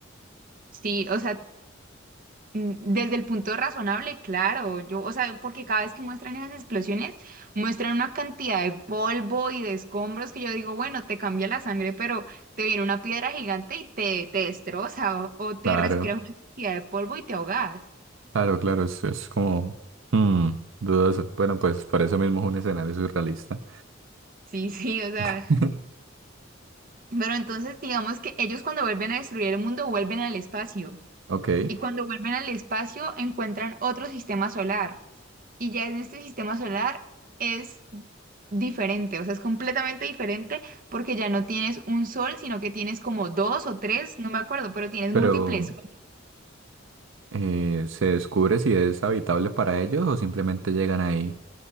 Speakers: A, on the right; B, on the right.
A: sí, o sea, mm, desde el punto razonable, claro, yo, o sea, porque cada vez que muestran esas explosiones, muestran una cantidad de polvo y de escombros que yo digo, bueno, te cambia la sangre, pero te viene una piedra gigante y te, te destroza, o, o te
B: Claro,
A: respiras una cantidad de polvo y te ahogas.
B: claro, claro, es, es como hmm, dudoso. Bueno, pues por eso mismo
A: Sí,
B: es un escenario surrealista.
A: sí, sí, o sea,
B: <laughs>
A: pero entonces digamos que ellos cuando vuelven a destruir el mundo vuelven al espacio
B: Ok,
A: y cuando vuelven al espacio encuentran otro sistema solar y ya en este sistema solar es diferente, o sea, es completamente diferente porque ya no tienes un sol, sino que tienes como dos o tres, no me acuerdo, pero tienes
B: pero...
A: múltiples soles.
B: Eh, ¿se descubre si es habitable para ellos o simplemente llegan ahí?